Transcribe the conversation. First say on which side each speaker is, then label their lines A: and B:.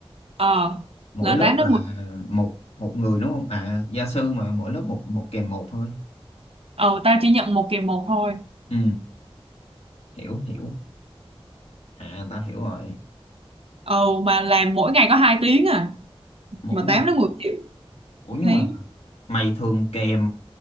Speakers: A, on the right; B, on the left.
A: ờ
B: mỗi
A: là
B: lớp
A: tám
B: là
A: đến mười
B: một một người đúng không à gia sư mà mỗi lớp một một kèm một thôi
A: ờ tao chỉ nhận một kỳ một thôi
B: ừ hiểu hiểu à ta hiểu rồi
A: ờ mà làm mỗi ngày có hai tiếng à
B: mỗi
A: mà
B: ngày
A: 8 đến 10 triệu
B: ủa
A: một
B: nhưng
A: tháng
B: mà mày thường kèm